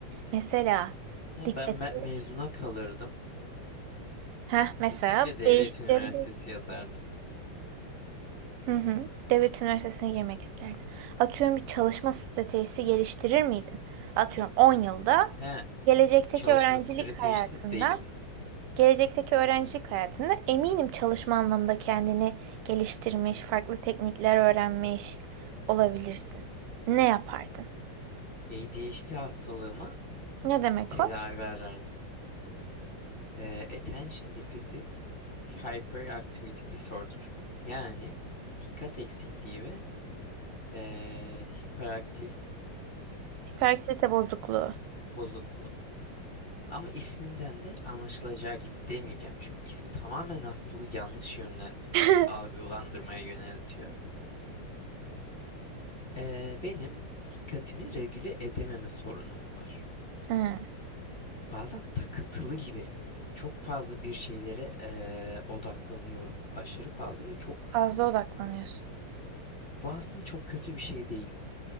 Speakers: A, on the right; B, on the left.
A: Mesela
B: He,
A: dikkatini
B: ben me- mezuna kalırdım.
A: Heh,
B: Kesinlikle
A: mesela
B: devlet
A: değiştirebilir.
B: üniversitesi yazardım.
A: Hı hı. Devlet üniversitesine girmek isterdin. Atıyorum bir çalışma stratejisi geliştirir miydin? Atıyorum 10 yılda
B: He,
A: gelecekteki
B: çalışma
A: öğrencilik
B: stratejisi
A: hayatında,
B: değil.
A: gelecekteki öğrencilik hayatında eminim çalışma anlamında kendini geliştirmiş, farklı teknikler öğrenmiş olabilirsin. Ne yapardın?
B: ADHD hastalığıma
A: Ne demek
B: tedavi
A: o?
B: arardım. Ee, Attention Deficit Hyperactivity Disorder. Yani dikkat eksikliği ve ee, hiperaktiflik
A: Hiperaktivite bozukluğu.
B: bozukluğu. Ama isminden de anlaşılacağı gibi demeyeceğim. Çünkü ismi tamamen hastalığı yanlış yönden
A: <laughs>
B: algılandırmaya yöneltiyor. Ee, benim dikkatimi regüle edememe sorunum var.
A: Hı,
B: bazen takıntılı gibi çok fazla bir şeylere eee, odaklanıyorum. Aşırı fazla ve çok
A: fazla odaklanıyorsun.
B: bu aslında çok kötü bir şey değil.